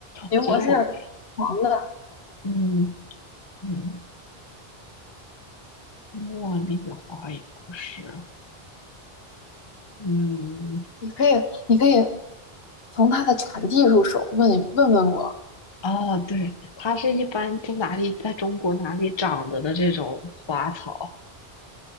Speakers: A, on the left; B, on the left.
A: 柠檬是黄的。
B: 我觉得我，嗯。嗯，茉莉花也不是，嗯，
A: 你可以，你可以从它的产地入手，问问问我，
B: 哦，对，它是一般在哪里，在中国哪里长的的这种花草，